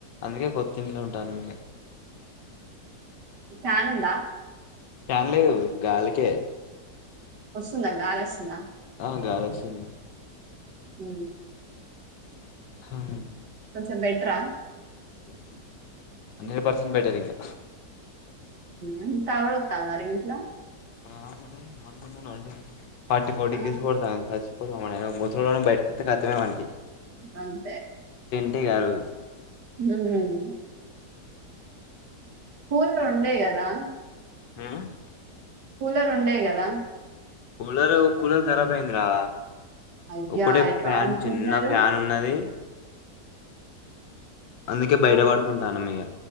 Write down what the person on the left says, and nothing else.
అందుకే కొత్తింట్లో ఉంటాను ఇంగా
ఫ్యాన్ లేదు గాలికే
ఆ గాలొస్తుంది
హమ్
కొంచెం హండ్రెడ్ పర్సెంట్ బెటర్ ఇంకా
ఆ మరి మనుకున్నాను అండి ఫార్టీ ఫోర్ డిగ్రీస్
కొడతాను సచ్ ము బయటకుత్తే ఖతమే మనకి
ఏం కాదు
హా
కూలర్ కూలర్ ఖరాబ్ అయిందరా
ఒకటే
ఫ్యాన్
చిన్న ఫ్యాన్ ఉన్నది అందుకే బయట
పడుకుంటాన మింక